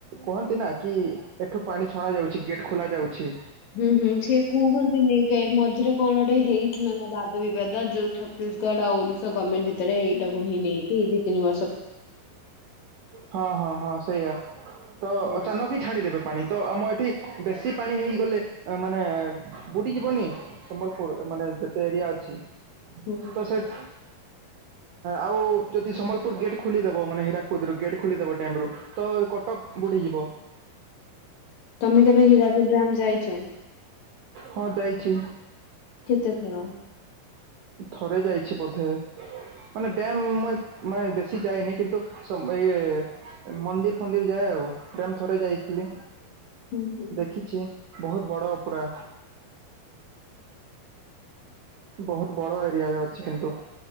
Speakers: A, on the right; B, on the left.
A: କୁହନ୍ତି ନା କି ଏଠୁ ପାଣି ଛଣା ଯାଉଚି ଗେଟ୍ ଖୋଲା ଯାଉଚି।
B: ହୁଁ -ହୁଁ ସେ କୁହନ୍ତି ନି ଏଇ ମଝିରେ କଣ ଗୋଟେ ହେଇଥିଲା ନା ବାଦ ବିବାଦ ଯଉ ଛତିଶଗଡ୍ ଆଉ ଓଡିଶା ଗର୍ମେଣ୍ଟ୍ <unintelligible> ତ ଏଇଟାକୁ ହିଁ ନେଇକି ଦି ତିନି ବର୍
A: ହଁ -ହଁ- ହଁ ସେଇଆ ତ
B: ହୁଁ
A: ଅଚାନକ୍ ଯି ଛାଡିଦେବେ ପାଣି ତ ଆମ ଏଠି ବେଶୀ ପାଣି ହେଇଗଲେ ମାନେ ବୁଡ଼ିଯିବନି। ସମ୍ବଲପୁର୍ ମାନେ ଯେତେ ଏରିଆ ଅଛି।
B: ହୁଁ
A: ତ
B: ହୁଁ।
A: ସେତ୍ ଆଉ ଯଦି ସମ୍ବଲପୁର୍ ଗେଟ୍ ଖୋଲିଦବ ମାନେ ହରାକୁଦରୁ ଗେଟ୍ ଖୋଲିଦବ ଡ୍ୟାମ୍ ରୁ ତ କଟକ୍ ବୁଡି ଯିବ।
B: ହଁ ତମେ କେବେ ହୀରାକୁଦୁ ଡ୍ୟାମ ଯାଇଛ?
A: ହଁ ଯାଇଛି।
B: କେତେଥର।
A: ଥରେ ଯାଇଛି ବୋଧେ। ମାନେ ଡ୍ୟାମ ମୁ ମାନେ ବେଶି ଯାଇନି କିନ୍ତୁ ସମ ଇଏ ମନ୍ଦିର ଫନ୍ଦିର ଯାଏ ଆଉ ଡମ୍ ଥରେ ଯାଇଥିଲି
B: ହୁଁ ହୁଁ
A: ଦେଖିଛି।
B: ହୁଁ।
A: ବହୁତ ବଡ଼ ପୁରା ବହୁତ ବଡ ଏରିଆରେ ଅଛି କିନ୍ତୁ